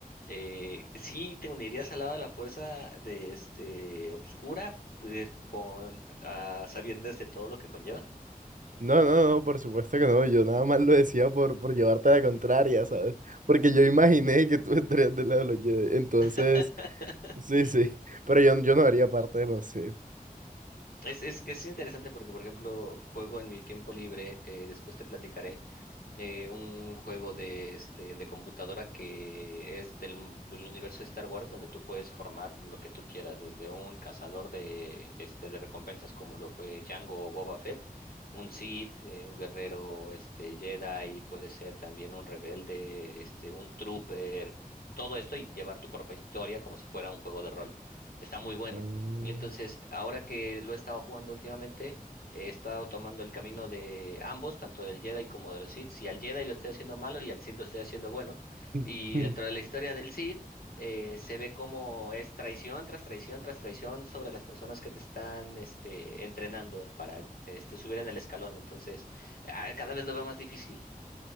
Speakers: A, on the left; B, on the right.
A: eh, sí te unirías al lado de la fuerza de este obscura, pues, con a sabiendas de todo lo que conlleva.
B: No, no, no, por supuesto que no. Yo nada más lo decía por, por llevarte a la contraria, ¿sabes? Porque yo imaginé que tú estarías del lado de los Jedi. Entonces,
A: <laughs>
B: sí, sí. Pero yo, yo no haría parte de los Sith.
A: Es, es que es interesante porque, por ejemplo, juego en mi tiempo libre, eh, después te platicaré. eh, un juego de, este, de computadora que es del, mu- del universo de Star Wars donde tú puedes formar lo que tú quieras, desde un cazador de, este, de recompensas como lo fue Django o Boba Fett, un Sith, eh, un guerrero este, Jedi, puede ser también un rebelde, este, un trooper, todo esto y llevar tu propia historia como si fuera un juego de rol. Está muy bueno.
B: Mm.
A: Y entonces, ahora que lo he estado jugando últimamente, He estado tomando el camino de ambos, tanto del Jedi como de los Sith. Y al Jedi lo estoy haciendo malo y al Sith lo estoy haciendo bueno.
B: <laughs>
A: Y dentro de la historia del Sith, eh, se ve cómo es traición tras traición tras traición sobre las personas que te están este, entrenando para este, subir en el escalón. Entonces, ah, cada vez lo veo más difícil.